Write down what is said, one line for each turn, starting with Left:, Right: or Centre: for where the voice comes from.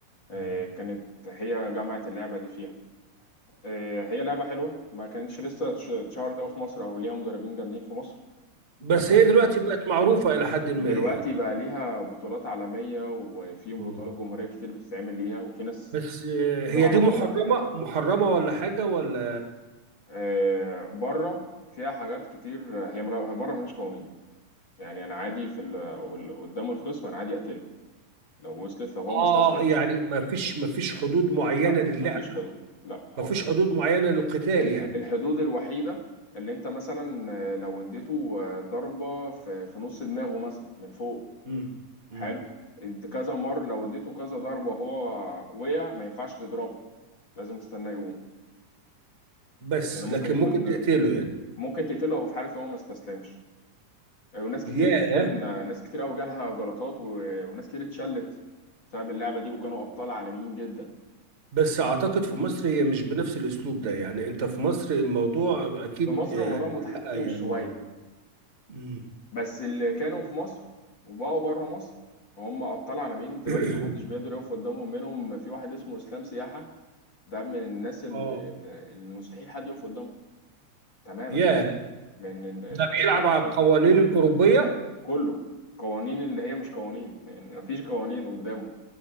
Left: آه
Right: أمم.
Left: كانت هي جامعة اللعبة دي فيها آه، هي لعبة حلوة ما كانتش لسه اتش- اتشهرت أوي في مصر أو ليها مدربين جامدين في مصر
Right: بس
Left: فكان
Right: هي دلوقتي بقت معروفه الى حد ما
Left: دلوقتي
Right: يعني
Left: بقى ليها بطولات عالمية وفي بطولات
Right: اه
Left: جمهورية كتير بتتعمل ليها وفي ناس
Right: بس آه،
Left: كتير
Right: هي
Left: أعرفها
Right: دي محرمه
Left: بقت جامدة
Right: محرمه ولا حاجه ولا
Left: آه، بره فيها حاجات كتير هي ملا- بره ملهاش قوانين يعني أنا عادي في ال- وال- قدام الخصم أنا عادي أقتله لو وصلت لو هو
Right: اه
Left: ما استسلمش
Right: يعني ما فيش ما فيش حدود معينه
Left: لا
Right: للعبه
Left: مفيش حدود لا خالص
Right: ما فيش حدود معينه للقتال
Left: الح-
Right: يعني
Left: الحدود الوحيدة اللي انت مثلا آه، لو اديته آه، ضربة في في نص دماغه مثلا من فوق
Right: مم.
Left: حلو
Right: مم.
Left: اد- كذا مرة لو اديته كذا ضربة وهو وقع ما ينفعش تضربه لازم تستناه يقوم
Right: بس
Left: يعني ممكن
Right: لكن
Left: يكون
Right: ممكن تقتله يعني
Left: ممكن تقتله وهو في حالة هو ما استسلمش آه، وناس كتير
Right: ياه
Left: جدا آه، ناس كتير قوي جالها جلطات و- وناس كتير اتشلت بسبب اللعبة دي وكانوا أبطال عالميين جدا
Right: بس اعتقد في مصر هي مش بنفس الاسلوب ده يعني انت في مصر الموضوع اكيد
Left: في مصر
Right: آه
Left: الموضوع متحكم
Right: لا يعني
Left: شوية
Right: مم.
Left: بس اللي كانوا في مصر وبقوا بره مصر هم ابطال عالمين دلوقتي
Right: <clears throat>
Left: محدش بيقدر يقف قدامهم منهم في واحد اسمه اسلام سياحة ده من الناس ال-
Right: اه
Left: ال- المستحيل حد يقف قدامه تماما
Right: ياه
Left: من ال- ال-
Right: ده
Left: الابطال
Right: بيلعب على القوانين الاوروبيه
Left: كله قوانين اللي هي مش قوانين يعني مفيش قوانين قدامه